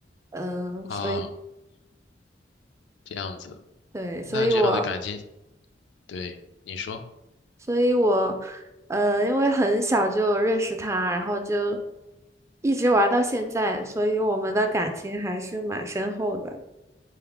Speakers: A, on the right; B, on the left.
A: 嗯，
B: 啊，
A: 所以
B: 这样子，
A: 对，所以我，
B: 那这样的感情，对，你说，
A: 所以我，呃，因为很小就认识他，然后就一直玩到现在，所以我们的感情还是蛮深厚的。